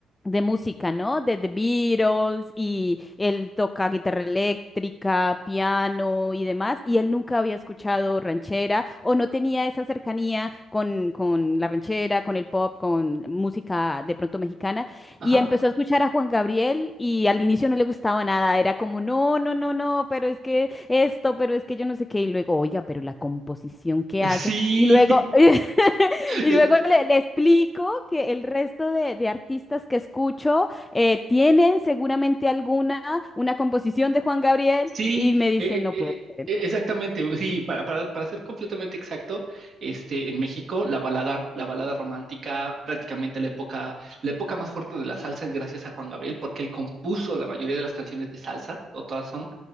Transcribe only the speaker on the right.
Ajá.
Sí,
<laughs>
es,
Sí,
eh,
eh,
eh,
eh, exactamente. Sí, para, para, para ser completamente exacto, este, en México la balada, la balada romántica, prácticamente la época, la época más fuerte de la salsa es gracias a Juan Gabriel, porque él compuso la mayoría de las canciones de salsa, o todas son,